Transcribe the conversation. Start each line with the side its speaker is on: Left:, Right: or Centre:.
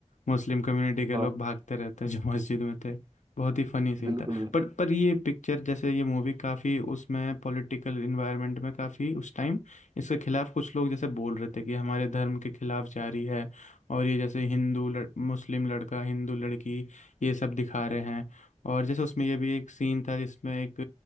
Left: मुस्लिम कम्युनिटी के
Right: हाँ
Left: लोग भागते रहते हैं जो <laughs> मस्जिद में थे बहुत ही फनी सीन
Right: बिल्कुल
Left: था
Right: बिल्कुल
Left: पर पर ये पिक्चर जैसे ये मूवी काफ़ी उसमें पॉलिटिकल इन्वायरमेंट में काफ़ी उस टाइम इसके खिलाफ कुछ लोग जैसे बोल रहे थे कि हमारे धर्म के खिलाफ जारी है और ये जैसे हिंदू लड़, मुस्लिम लड़का हिंदू लड़की ये सब दिखा रहे हैं और जैसे उसमें ये भी एक सीन था जिसमें एक